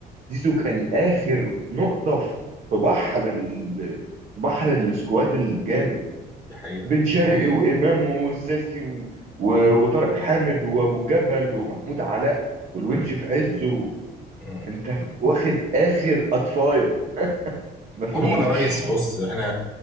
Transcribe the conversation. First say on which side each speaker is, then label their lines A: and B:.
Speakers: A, on the right; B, in the centre.
A: زيزو
B: مم.
A: كان آخر نقطة في بحر ال... في بحر السكواد الجامد
B: دي حقيقه
A: بن شرقي <laughs> وإمام والساسي و... و...
B: مم.
A: وطارق حامد وأبو جبل ومحمود علاء والونش
B: مم.
A: في عزه
B: مم.
A: أنت واخد آخر أطفاية مفيش
B: عموما يا ريس بص احنا